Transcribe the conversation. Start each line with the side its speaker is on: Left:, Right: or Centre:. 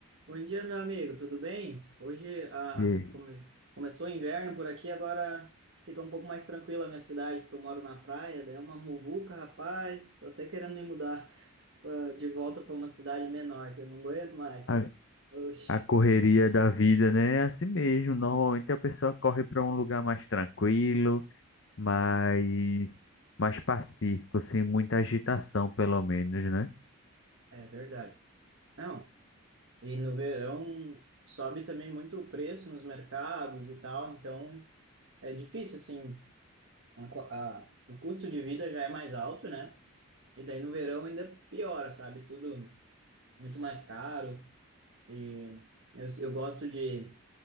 Right: Bom dia, meu amigo, tudo bem? Hoje ah,
Left: E
Right: come- começou o inverno por aqui, agora fica um pouco mais tranquila a minha cidade, porque eu moro na praia, daí é uma muvuca, rapaz. Tô até querendo me mudar <laughs> pra- de volta para uma cidade menor, que eu não aguento mais.
Left: a,
Right: Oxe,
Left: a correria da vida, né? É assim mesmo. Normalmente a pessoa corre para um lugar mais tranquilo, mais,
Right: é,
Left: mais pacífico, sem muita agitação, pelo menos, né?
Right: é verdade. Não, e no verão sobe também muito o preço nos mercados e tal, então é difícil, assim, a co- a- o custo de vida já é mais alto, né? E daí no verão ainda piora, sabe? Tudo. muito mais caro. E eu, eu gosto de,